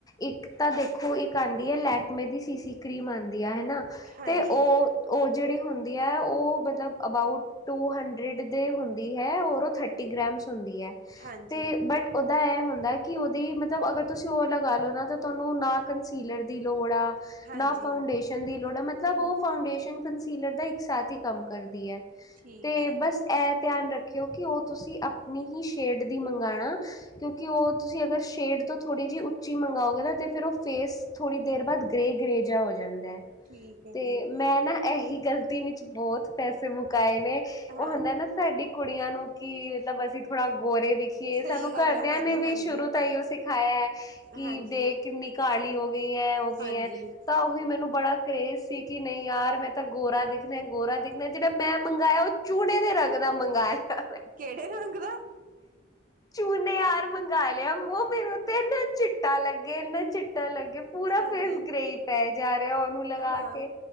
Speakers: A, on the left; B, on the right.
A: ਇੱਕ ਤਾਂ ਦੇਖੋ, ਇੱਕ ਆਂਦੀ ਹੈ ਲੈਕਮੇ ਦੀ ਸੀਸੀ ਕਰ੍ਰੀਮ ਆਂਦੀ। ਹੈਨਾ।
B: ਹਾਂਜੀ
A: ਤੇ ਉਹ ਉਹ ਜਿਹੜੀ ਹੁੰਦੀ ਹੈ ਉਹ ਮਤਲਬ ਅਬਾਊਟ ਟੂ ਹੰਡਰਡ ਦੇ ਹੁੰਦੀ ਹੈ। ਹੋਰ ਉਹ ਥਰਟੀ ਗ੍ਰੇਮਸ ਹੁਂਦੀ ਹੈ।
B: ਹਾਂਜੀ
A: ਤੇ ਬਟ ਉਹ ਇਹ ਹੁੰਦਾ ਕਿ ਉਹਦੀ ਮਤਲਬ ਅਗਰ ਤੁਸੀਂ ਉਹ ਲਗਾ ਲੋ ਨਾ ਤਾਂ ਤੁਹਾਨੂੰ ਨਾ ਕੰਸੀਲਰ ਦੀ ਲੋੜ
B: ਹਾਂਜੀ
A: ਨਾ ਫਾਊਂਡੇਸ਼ਨ ਦੀ ਲੋੜ ਹੈ। ਮਤਲਬ ਮਤਲਬ ਉਹ ਫਾਡੇਸ਼ਨ ਕੰਸੀਲਰ ਦਾ ਇੱਕ ਸਾਥ ਹੀ ਕੰਮ ਕਰਦੀ ਏ।
B: ਠੀਕ
A: ਤੇ
B: ਹੈ
A: ਬਸ ਇਹ ਧਿਆਨ ਰੱਖਿਓ ਕਿ ਉਹ ਤੁਸੀਂ ਆਪਣੀ ਹੀ ਸ਼ੇਡ ਦੀ ਮੰਗਾਣਾ ਕਿਉਂਕਿ ਉਹ ਤੁਸੀਂ ਅਗਰ ਸ਼ੇਡ ਤੋਂ ਥੋੜ੍ਹੀ ਜਿਹੀ ਉੱਚੀ ਮੰਗਾਓਗੇ ਨਾ ਤੇ ਫਿਰ ਉਹ ਫੇਸ ਥੋੜੀ ਦੇਰ ਬਾਅਦ ਗ੍ਰੇ ਗ੍ਰੇ ਜਿਹਾ ਹੋ ਜਾਂਦਾ।
B: ਠੀਕ ਹੈ
A: ਤੇ
B: ਠੀਕ ਹੈ
A: ਮੈਂ ਨਾ ਇਹੀ ਗ਼ਲਤੀ ਵਿੱਚ ਬਹੁਤ ਪੈਸੇ ਮੁਕਾਏ ਨੇ।
B: ਹਾਂ
A: ਉਹ ਹੁੰਦਾ ਨਾ ਸਾਡੀ ਕੁੜੀਆਂ ਨੂ ਕਿ ਮਤਲਬ ਅਸੀਂ ਥੋੜਾ ਗੋਰੇ ਦਿਖੀਏ।
B: ਸਹੀ
A: ਸਾਨੂੰ
B: ਗੱਲ
A: ਘਰਦਿਆਂ
B: ਹੈ ਹਾਂਜੀ
A: ਨੇ ਵੀ
B: ਹਾਂਜੀ
A: ਸ਼ੁਰੂ ਤ ਅਉਹ ਸਿਖਾਇਆ ਏ ਕਿ
B: ਹਾਂਜੀ
A: ਦੇਖ ਕਿੰਨੀ ਕਾਲ ਲੀ ਓ। ਗਈ ਏ ਉਹ ਗਈ
B: ਹਾਂਜੀ
A: ਏ ਤਾਂ ਉਹੀ ਮੈਨੂੰ ਬੜਾ ਕਰੇਜ਼ ਸੀ ਕਿ ਨਹੀਂ ਯਾਰ ਮੈਂ ਤਾਂ ਗੋਰਾ ਦਿਖਣਾ, ਗੋਰਾ ਦਿਖਣਾ। ਜਿਹੜਾ ਮੈਂ ਮੰਗਾਇਆ ਉਹ ਚੂੜੇ ਦੇ ਰੰਗ ਦਾ ਮੰਗਾ ਲਿਆ।
B: ਕਿਹੜੇ ਰੰਗ ਦਾ
A: ਚੂਨੇ ਯਾਰ ਮੰਗਾ ਲਿਆ। ਉਹ ਮੇਰੇ ਤੇ ਇੰਨਾ ਚਿੱਟਾ ਲੱਗੇ, ਇਨਾ ਚਿੱਟਾ ਲੱਗੇ ਪੂਰਾ
B: ਹਾਂਜੀ
A: ਫੇਸ ਗ੍ਰੇਈ ਪੈ ਗਿਆ ਉਹਨੂੰ ਲਗਾ
B: ਹਾਂ
A: ਕੇ,